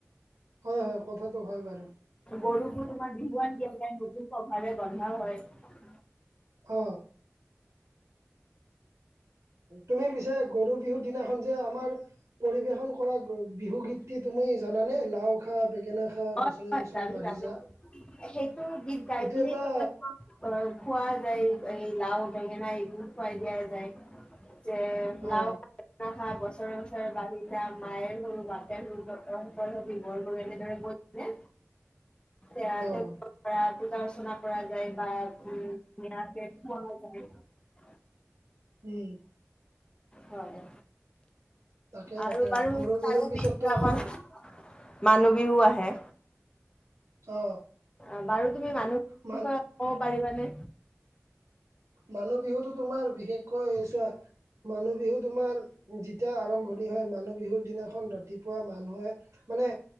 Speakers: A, on the right; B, on the left.
A: হয় হয় কথাটো হয় বাৰু
B: গৰুকো তোমাৰ বিহুৱান দিয়া যায় নতুন পঘাৰে বন্ধা হয়
A: অ তুমি পিছে গৰু বিহুৰ দিনাখন যে আমাৰ পৰিবেশন কৰা আ বিহু গীত টি তুমি জানা নে লাও খা বেঙেনা খা
B: হয়
A: বছৰে
B: হয়।
A: বছৰে
B: জানো
A: বাঢ়ি
B: জানো
A: যা
B: সেইটো গীত গাই
A: এইটো
B: পিনেতো
A: এটা
B: তেওঁলোকক অ খোৱা যায় এই লাও বেঙেনা এইবোৰ খুৱাই দিয়া যায় যে
A: অ
B: লাও খা বেঙেনা খা বছৰে বছৰে বাঢ়ি যা মায়েৰ সৰু বাপেৰ সৰু তঁহতৰ তই হবি বৰ গৰু এনেদৰে কৈ পিনে এয়া তেওঁলোকৰ
A: অ
B: পৰা পূজা অৰ্চনা কৰা যায় বা উম <inaudible>
A: উম
B: হয়
A: তাকে
B: আৰু
A: তাকে
B: বাৰু
A: গৰু বিহুৰ
B: তাৰো
A: পিছততো
B: পিছদিনাখন
A: আমাৰ
B: মানুহ বিহু আহে
A: অ
B: অহ বাৰু তুমি মানুহ বিহু
A: মান
B: বিষয়ে ক'ব পাৰিবানে?
A: মানুহ বিহুটো তোমাৰ বিশেষকৈ চোৱা। মানুহ বিহু তোমাৰ যেতিয়া আৰম্ভণি হয়। মানুহ বিহুৰ দিনাখন ৰাতিপুৱা মানুহে মানে।